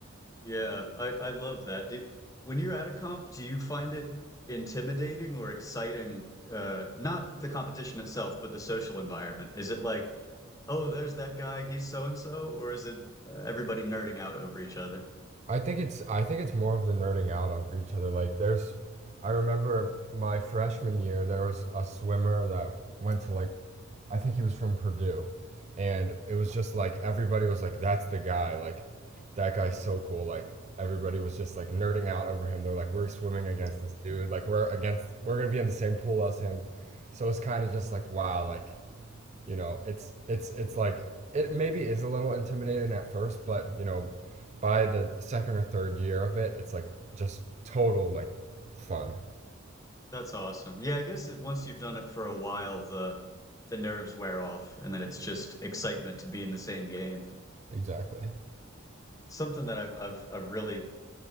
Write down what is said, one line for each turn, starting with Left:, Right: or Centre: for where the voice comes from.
Left: Yeah, I, I love that. Do, when you're at a comp, do you find it intimidating or exciting? Uh, not the competition itself, but the social environment. Is it like, oh, there's that guy, he's so and so, or is it uh, everybody nerding out over each other?
Right: I think it's I think it's more of the nerding out of each other. Like there's I remember my freshman year there was a swimmer that went to like I think he was from Purdue and it was just like everybody was like that's the guy like that guy's so cool like everybody was just like nerding out over him. They're like we're swimming against this dude like we're against we're going to be in the same pool as him. So it's kind of just like wow like you know, it's it's it's like it maybe is a little intimidating at first, but you know, by the second or third year of it, it's like just total like fun.
Left: That's awesome. Yeah, I guess it, once you've done it for a while, the the nerves wear off, and then it's just excitement to be in the same game.
Right: Exactly.
Left: Something that I've I've I've really